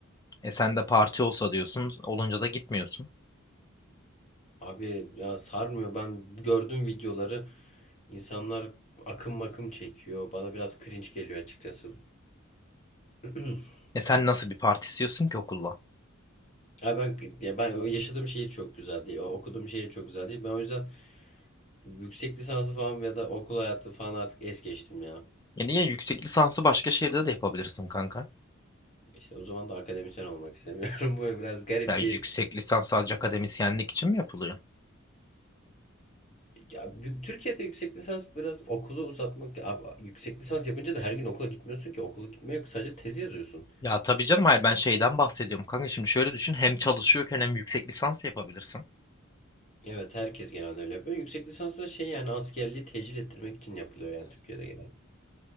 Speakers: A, on the left; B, on the left.
A: E sen de parti olsa diyorsun, olunca da gitmiyorsun.
B: Abi ya sarmıyor. Ben gördüm videoları. İnsanlar akım makım çekiyor. Bana biraz cringe geliyor açıkçası. <clears throat>
A: E sen nasıl bir parti istiyorsun ki okulla?
B: Ya ben ya ben yaşadığım şehir çok güzel değil. o- Okuduğum şehir çok güzel değil. Ben o yüzden yüksek lisansı falan ya da okul hayatı falan artık es geçtim ya.
A: Yani ya yüksek lisansı başka şehirde de yapabilirsin kanka.
B: İşte o zaman da akademisyen olmak istemiyorum. <laughs> Bu biraz garip
A: Ya yüksek
B: bir
A: lisans sadece akademisyenlik için mi yapılıyor?
B: ya bu- Türkiye'de yüksek lisans biraz okulu uzatmak Abi yüksek lisans yapınca da her gün okula gitmiyorsun ki. Okula gitme yok. Sadece tezi yazıyorsun.
A: Ya tabii canım hayır ben şeyden bahsediyorum kanka. Şimdi şöyle düşün hem çalışıyorken hem yüksek lisans yapabilirsin.
B: Evet herkes genelde öyle yapıyor. Yüksek lisans da şey yani askerliği tecil ettirmek için yapılıyor yani Türkiye'de genelde.